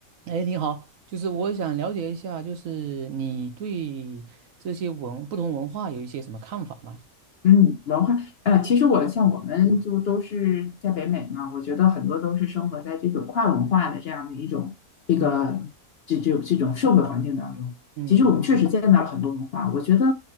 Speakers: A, on the right; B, on the left.
A: 哎，你好，就是我想了解一下，就是你对这些文，不同文化有一些什么看法吗？
B: 嗯，文化，呃，其实我像我们就都是在北美嘛，我觉得很多都是生活在这种跨文化的这样的一种这个这这这种社会环境当中。
A: 嗯嗯
B: 其实我们确实见到了很多文化，我觉得，